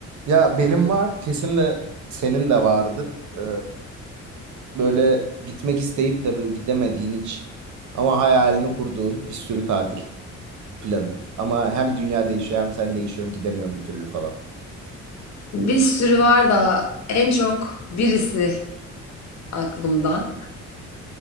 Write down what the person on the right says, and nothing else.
Ya benim var, kesin de senin de vardır. Ee, böyle gitmek isteyip de böyle gidemediğin hiç ama hayalini kurduğun bir sürü tatil planı. Ama hem dünya değişiyor hem sen değişiyorsun gidemiyorsun bir türlü falan.